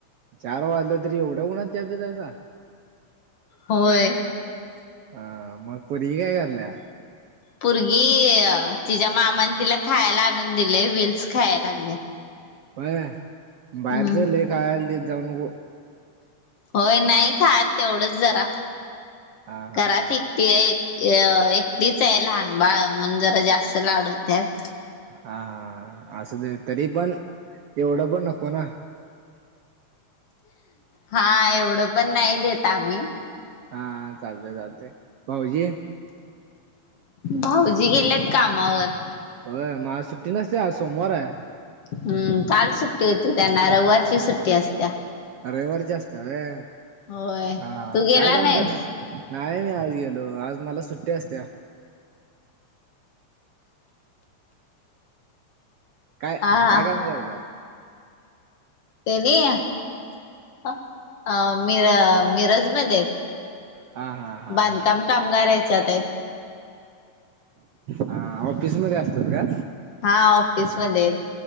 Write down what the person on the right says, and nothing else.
चार वाजलं तरी, एवढ्या उन्हात चहा पितायसा?
ह मग पोरगी काय कारल्या?
व्हय
बाहेरच लय खायला देत जाऊ नको.
हा हा
हा हा असू देत, तरी पण एवढं पण नको ना.
हा हा, चालतय चालतय, भाऊजी?
होय, मग आज सुट्टी नसत्या? आज सोमवार आहे.
रविवारचे असते होय,
हा हा,
काय काम
करत नाही मी आज गेलो, आज मला सुट्टी असत्या. काय
काय काम करनार?
हा हा. हा
हा
हा ऑफिसमध्ये असतात का?